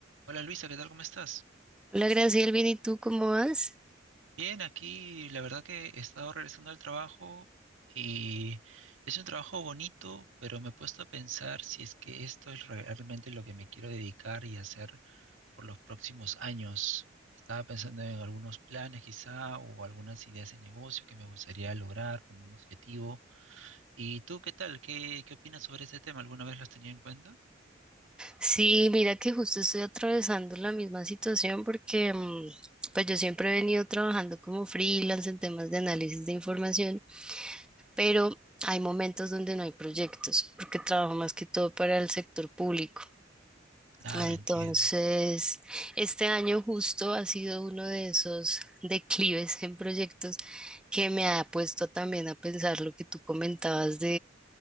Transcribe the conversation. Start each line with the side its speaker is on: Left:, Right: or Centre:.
Right: Hola Luisa, ¿qué tal? ¿Cómo estás?
Centre: Hola, Graciela, bien, ¿y tú cómo vas?
Right: Bien, aquí la verdad que he estado regresando al trabajo y es un trabajo bonito, pero me he puesto a pensar si es que esto es realmente lo que me quiero dedicar y hacer por los próximos años. Estaba pensando en algunos planes quizá o algunas ideas de negocio que me gustaría lograr como un objetivo. ¿Y tú qué tal? ¿Qué, qué opinas sobre ese tema? ¿Alguna vez lo has tenido en cuenta?
Centre: Sí, mira que justo estoy atravesando la misma situación porque mm, pues yo siempre he venido trabajando como freelance en temas de análisis de información, pero hay momentos donde no hay proyectos porque trabajo más que todo para el sector público.
Right: Claro,
Centre: Entonces,
Right: entiendo.
Centre: este año justo ha sido uno de esos declives en proyectos que me ha puesto también a pensar lo que tú comentabas